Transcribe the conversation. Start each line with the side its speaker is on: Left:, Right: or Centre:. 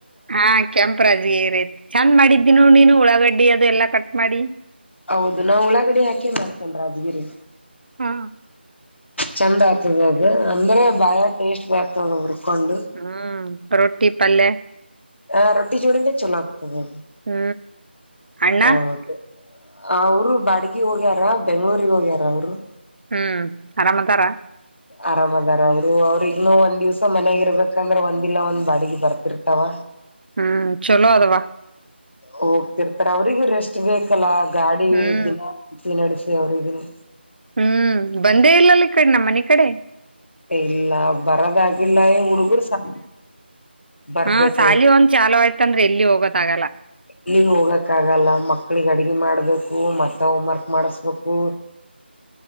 Right: ಹಾ ಕೆಂಪು ರಾಜ್ಗಿರಿ ಚಂದ್ ಮಾಡಿದ್ದಿ ನೋಡ್ ನೀನು ಉಳ್ಳಾಗಡ್ಡಿ ಅದು ಎಲ್ಲಾ ಕಟ್ ಮಾಡಿ.
Left: ಹೌದು ನಾ ಉಳ್ಳಾಗಡ್ಡಿ ಹಾಕಿನ್ ಮಾಡ್ತೀನ್ ರಾಜ್ಗಿರಿ.
Right: ಹಾ
Left: ಚಂದ ಆಗ್ತದದು ಅಂದ್ರೆ ಬಾಳ ಟೇಸ್ಟ್ ಬರ್ತದ್ ಅದ್ ಹುರ್ಕೊಂಡು
Right: ಹ್ಮ್ ರೊಟ್ಟಿ ಪಲ್ಲೆ
Left: ಹ ರೊಟ್ಟಿ ಜೋಡಿನೇ ಚಲೋ ಆಗ್ತದದು.
Right: ಹ್ಮ್ ಅಣ್ಣ
Left: ಹೌದು ಅವ್ರು ಬಾಡಿಗಿ ಹೋಗ್ಯಾರ ಬೆಂಗಳೂರಿಗ್ ಹೋಗ್ಯಾರ ಅವ್ರು.
Right: ಹ್ಮ್ ಆರಾಮದಾರ
Left: ಆರಾಮ್ ಇದಾರ ಅವರು ಅವ್ರಿಗ್ನು ಒಂದ್ ದಿವ್ಸ ಮನ್ಯಾಗ ಇರ್ಬೇಕಂದ್ರೆ ಒಂದಿಲ್ಲ ಒಂದ್ ಬಾಡಿಗೆ ಬರ್ತಿರ್ತಾವ.
Right: ಹ್ಮ್ ಚಲೋ ಅದವ
Left: ಹೋಗ್ತಿರ್ತಾರೆ ಅವ್ರಿಗೂ ರೆಸ್ಟ್ ಬೇಕಲ್ಲ ಗಾಡಿ
Right: ಹ್ಮ್
Left: ದಿನ್ ತಿ ನಡೆಸಿ ಅವ್ರಿಗುನು
Right: ಹ್ಮ್ ಬಂದೇ ಇಲ್ಲಲ್ಲ ಈ ಕಡ್ ನಮ್ಮ್ ಮನಿ ಕಡೆ.
Left: ಇಲ್ಲ ಬರೋದಾಗಿಲ್ಲ ಈ ಹುಡುಗರು ಸ ಬರ್ಬೇಕ
Right: ಹ್ಮ್ ಶಾಲಿ ಒಂದ್ ಚಾಲು ಆಯ್ತಂದ್ರೆ ಎಲ್ಲಿ ಹೋಗೋದಾಗಲ್ಲ.
Left: ಎಲ್ಲಿ ಹೋಗಕ್ಕ ಆಗಲ್ಲ ಮಕ್ಳಿಗೆ ಅಡಗೆ ಮಾಡ್ಬೇಕು ಮತ್ತ ಹೋಮ್ ವರ್ಕ್ ಮಾಡಿಸ್ಬೇಕು.
Right: <inaudible>